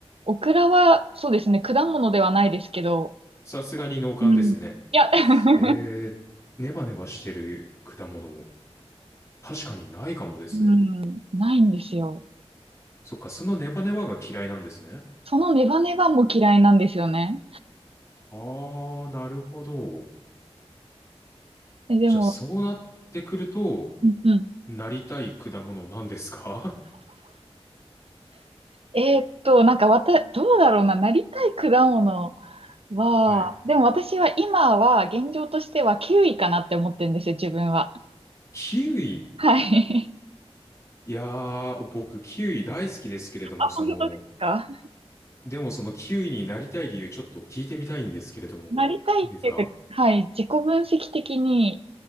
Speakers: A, on the right; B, on the left.
A: オクラは、そうですね、果物ではないですけど、
B: さすがに農館ですね。
A: うん。いや、<laughs>
B: えー、ネバネバしてる果物も確かにないかもですね。
A: うん、ないんですよ。
B: そっか、そのネバネバが嫌いなんですね。
A: そのネバネバも嫌いなんですよね。
B: あー、なるほど。
A: え、でも、
B: じゃあ、そうなってくると、
A: うんうん。
B: なりたい果物なんですか
A: えーっと、なんかわた、どうだろうな、なりたい果物。わあ、
B: <laughs> はい。
A: でも私は今は現状としては9位かなって思ってるんですよ、自分は。
B: キウイ。
A: はい。
B: いやー、僕、キウイ大好きですけれども、
A: <laughs> あ、
B: その、
A: 本当ですか
B: でもそのキウイになりたい理由ちょっと聞いてみたいんですけれども、
A: なりたいっていうか、
B: いいですか
A: はい、自己分析的に